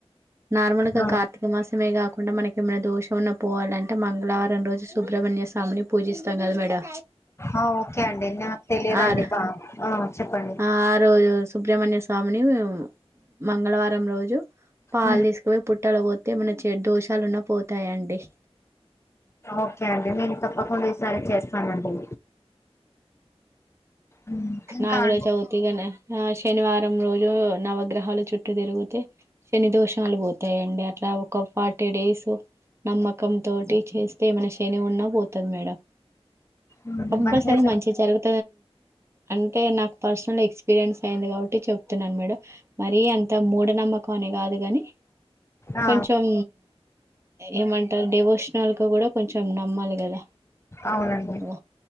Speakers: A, on the right; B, on the left.
A: నార్మల్గా
B: ఆ
A: కార్తీక మాస మే కాకుండా మనకేమన్నా దోషం ఉన్న పోవాలంటే, మంగళారం రోజు సుబ్రహ్మణ్య స్వామిని పూజిస్తాం కదా మేడం.
B: ఆ, ఓకే అండి నాకు తెలియదండి
A: ఆరు
B: బా ఆ చెప్పండి
A: ఆ రోజూ సుబ్రహ్మణ్య స్వామిని మంగళవారం రోజు పాలు
B: ఉమ్.
A: తీసుకుపోయి పుట్టాల పోత్తే ఏమన్న చెడు దోషాలున్న పోతాయండి.
B: ఓకే అండి నేను తప్పకుండా ఈసారి చేస్తానండి. ఉమ్, ఇంకా
A: నాగలచౌతి
B: అండి
A: గాని ఆ శనివారం రోజు నవగ్రహాలు చుట్టూ తిరిగితే శని దోషాలు పోతాయండి అట్లా ఒక ఫార్టీ డేస్ నమ్మకం తోటి చేస్తే ఏమైన శని ఉన్నా పోతాది మేడం
B: ఉమ్,
A: కంపల్సరి
B: మంచిగా చెప్
A: మంచ్ జరుగ్ అంటే నాకు పర్సనల్ ఎక్స్పీరియన్స్ అయింది కాబట్టి చెప్తున్నాను మేడం మరి అంత మూఢనమ్మకం అని కాదు కాని
B: ఆ
A: కొంచెం ఏమంటారు డెవోషనల్ కు కూడా కొంచెం నమ్మాలి కదా
B: అవునండి
A: ఓ